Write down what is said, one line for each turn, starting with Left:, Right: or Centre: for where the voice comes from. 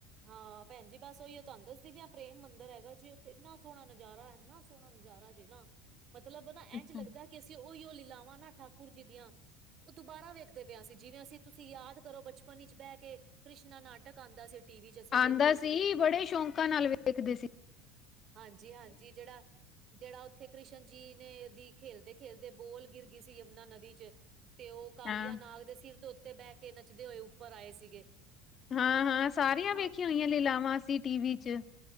Right: ਹਾਂ ਭੈਣ ਜੀ ਬਸ ਉਹੀ ਤੁਹਾਨੂੰ ਦੱਸਦੀ ਵੀ ਪ੍ਰੇਮ ਮੰਦਿਰ ਹੈਗਾ ਜੀ ਉੱਥੇ ਇੰਨਾ ਸੋਹਣਾ ਨਜ਼ਾਰਾ ਹੈ। ਇੰਨਾ ਸੋਹਣਾ ਨਜ਼ਾਰਾ ਜੇ ਨਾ ਮਤਲਬ ਨਾ
Left: ਅੱਛਾ।
Right: ਇਂਝ ਲੱਗਦਾ ਕਿ ਅਸੀਂ ਉਹੀ ਉਹ ਲੀਲਾਵਾਂ ਨਾ ਠਾਕੁਰ ਜੀ ਦੀਆਂ- ਉਹ ਦੁਬਾਰਾ ਵੇਖਦੇ ਪਿਆ ਅਸੀਂ ਜਿਵੇਂ ਅਸੀਂ ਤੁਸੀਂ ਯਾਦ ਕਰੋ ਬਚਪਨ ਵਿੱਚ ਬਹਿ ਕੇ ਕ੍ਰਿਸ਼ਨਾ ਨਾਟਕ ਆਦਾ ਸੀ। ਟੀ ਵੀ ਚ ਅਸੀਂ
Left: ਆਉਂਦਾ
Right: ਵੇਖਦੇ ਸੀਗੇ
Left: ਸੀ ਬੜੇ ਸ਼ੌਕਾਂ ਨਾਲ ਵੇਖਦੇ ਸੀ।
Right: ਹਾਂਜੀ ਹਾਂਜੀ ਜਿਹੜਾ, ਜਿਹੜਾ ਉੱਥੇ ਕ੍ਰਿਸ਼ਨ ਜੀ ਨੇ ਦੀ ਖੇਲਦੇ ਖੇਲਦੇ ਬੋਲ ਗਿਰ ਗਈ ਸੀ ਯਮੁਨਾ ਨਦੀ ਚ ਤੇ ਉਹ ਕਾਲੀਆ
Left: ਹਾਂ।
Right: ਨਾਗ ਦੇ ਸਿਰ ਤੇ ਉੱਤੇ ਬਹਿ ਕੇ ਨੱਚਦੇ ਹੋਏ ਉੱਪਰ ਆਏ ਸੀਗੇ।
Left: ਹਾਂ ਹਾਂ ਸਾਰੀਆਂ
Right: ਹਾਂ
Left: ਵੇਖੀਆਂ ਹੋਈਆਂ ਲੈ ਲਾਵਾਂ ਅਸੀਂ ਟੀਵੀ ਚ